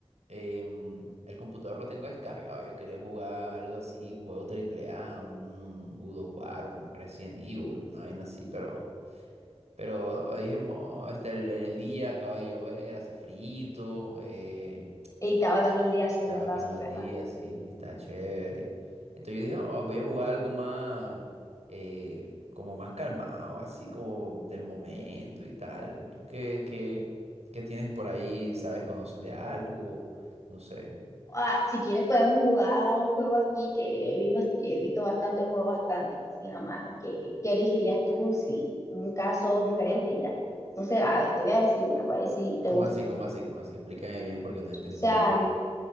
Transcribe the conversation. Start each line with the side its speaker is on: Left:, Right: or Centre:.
Right: em, el computador lo tengo descargado. Yo quería jugar algo así, un juego triple A, un God of War, un Resident Evil, una vaina así, pero. Pero no, dije, "Mo, está el, el día, acaba de llover, hace frío, eh,
Left: Ey, está bacano el día, si
Right: está
Left: es verdad,
Right: bacano
Left: si es
Right: el
Left: verdad.
Right: día, sí, está chévere. Entonces yo dije, "No, voy a jugar algo más, eh, como más calmado, así como del momento y tal. ¿Tú qué, qué, qué tienes por ahí? ¿Sabes? ¿Conoces de algo? No sé.
Left: Ah, si quieres podemos jugar un juego aquí que he visto bast- he visto, bastante, juego bastante, que se llama ¿Qué, qué elegirías tú si un caso diferente ya? Entonces, a ver, te voy a decir una para ver si te
Right: ¿Cómo
Left: gusta.
Right: así? ¿Cómo así? ¿Cómo así? Explícame bien porque
Left: O
Right: no entendí.
Left: sea,